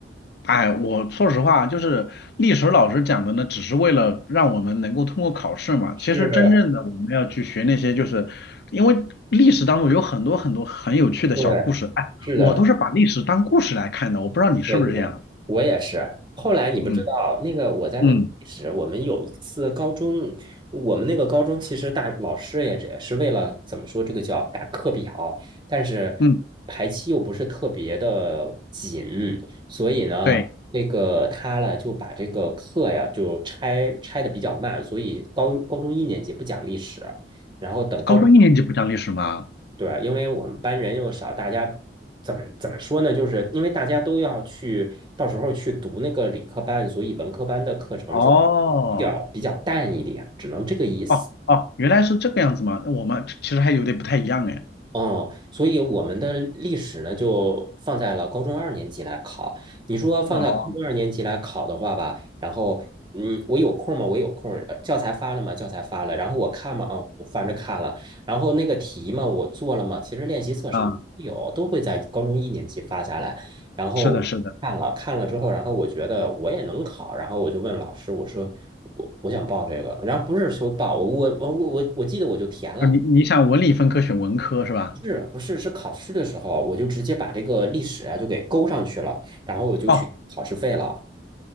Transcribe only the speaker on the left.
哎，我说实话，就是历史老师讲的呢，只是为了让我们能够通过考试嘛。
其实真正的我们要去学那些，就是因为历史当中有很多很多很有趣的小故事。
哎，
我都是把历史当故事来看的，我不知道你是不是这样。
嗯，
嗯
嗯，
对，
高中一年级不讲历史吗？
哦
哦哦，原来是这个样子吗？那我们其实还有点不太一样哎。
哦
啊，
是的，是的，
就是你你想文理分科选文科是吧？
哦，